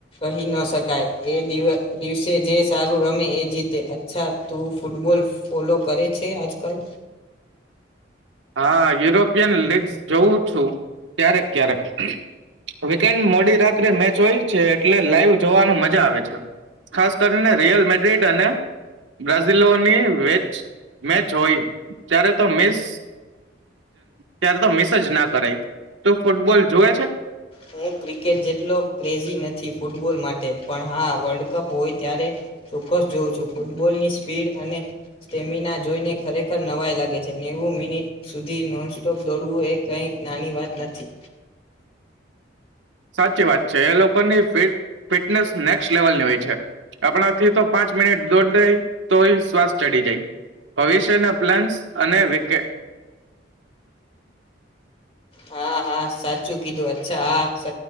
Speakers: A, on the left; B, on the right.
A: કહી ન શકાય. એ દિવસે જે સારું રમે એ જીતે અચ્છા તું ફૂટબોલ ફોલો કરે. છે આજ કલ
B: હા યુરોપિયન લીગસ જોઉ છું. ક્યારેક ક્યારેક વીકેન્ડ મોડી રાત્રે મેચ હોય છે એટલે લાઈવ જોવાનું મજા આવે છે. ખાસ કરીને રિયલ મેડ્રિડ અને બ્રાઝિલોની વેચ મેચ હોય ત્યારે તો મિસ ત્યારે તો મિસ જ ના કરાય, તું ફૂટબોલ જોવે છે.
A: હું ક્રિકેટ જેટલો ક્રેઝી નથી ફૂટબોલ માટે પણ હા વર્લ્ડ કપ હોય ત્યારે ચોક્કસ જોઉં છું ફૂટબોલની સ્પીડ અને સ્ટેમિના જોઈને ખરેખર નવાઈ લાગે છે. નેવું મિનિટ સુધી નોનસ્ટોપ દોડવું એ કંઈક નાની વાત નથી.
B: સાચી વાત છે. એ લોકોની ફિટ ફિટનેસ નેક્સ લેવલની હોય છે. આપણાથી તો પાંચ મિનિટ દોડાય તો યે શ્વાસ ચડી જાય ભવિષ્યના પ્લાન્સ અને વિકેટ
A: હા હા સાચું કીધું અ. ચહા શ